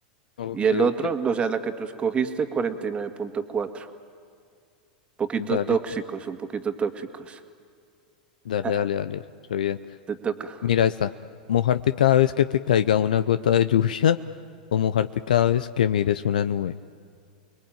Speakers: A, on the left (about 75°); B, on the right (about 25°).
A: Ok,
B: Y el otro,
A: ok, ok.
B: o sea, la que tú escogiste, cuarenta y nueve punto cuatro, Poquito
A: Dale,
B: tóxicos, un poquito tóxicos.
A: dale,
B: <laughs>
A: dale, dale. Re bien.
B: Te toca
A: Mira esta. Mojarte cada vez que te caiga una gota de lluvia <laughs> o mojarte cada vez que mires una nube.